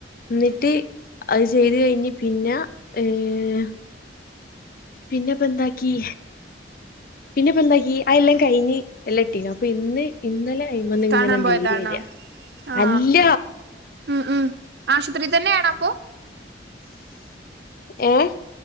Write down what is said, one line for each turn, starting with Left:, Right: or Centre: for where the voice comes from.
Left: ന്നിട്ട് അത് ചെയ്ത് കയിഞ്ഞ് പിന്ന ഏഹ് പിന്നെപ്പന്താക്കി പിന്നെ ഇപ്പ എന്താക്കി അയ്ല്ലാം കയിഞ്ഞ് എല്ലാം ഇട്ടീനു അപ്പൊ ഇന്ന് ഇന്നല കയ്മിന്നിങ്ങനെ
Right: കാണാൻ പോയതാണോ
Left: നീര് വരാ
Right: ആ
Left: അല്ല
Right: ഉം ഉം ആശുപത്രീതന്നെയണപ്പൊ
Left: ഏഹ്